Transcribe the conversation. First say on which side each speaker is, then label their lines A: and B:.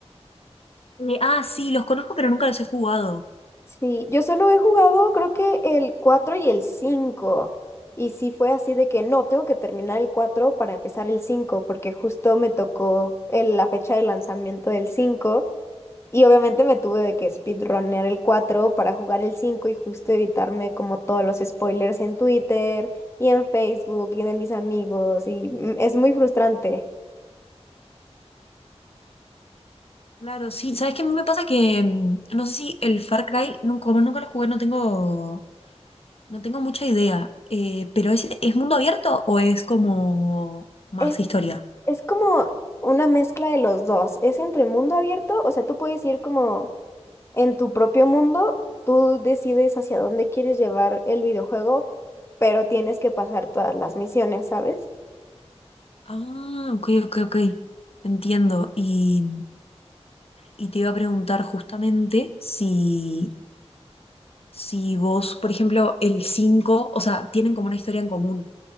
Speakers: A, on the left; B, on the left.
A: Eh, ah, sí, los conozco, pero nunca los he jugado.
B: Sí, yo solo he jugado creo que el 4 y el cinco Y sí fue así de que no, tengo que terminar el 4 para empezar el 5 porque justo me tocó el- la fecha de lanzamiento del cinco Y obviamente me tuve de que speedrunner el 4 para jugar el 5 y justo evitarme como todos los spoilers en Twitter y en Facebook y de mis amigos. Y mm, es muy frustrante.
A: Claro, sí. ¿Sabes qué? A mí me pasa que mm, no sé si el Far Cry, nun- como nunca lo jugué, no tengo, no tengo mucha idea. Eh, pero ¿es, es mundo abierto o es como más
B: Es,
A: historia?
B: es como una mezcla de los dos. Es entre mundo abierto, o sea, tú puedes ir como en tu propio mundo, tú decides hacia dónde quieres llevar el videojuego, pero tienes que pasar todas las misiones, ¿sabes?
A: Ah, ok, ok, ok. Entiendo. Y, y te iba a preguntar justamente si si vos, por ejemplo, el 5 o sea, tienen como una historia en común.